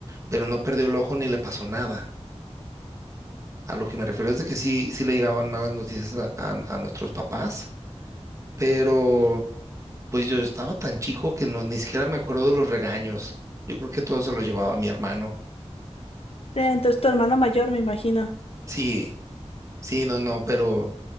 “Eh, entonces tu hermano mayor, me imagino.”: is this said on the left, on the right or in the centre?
Left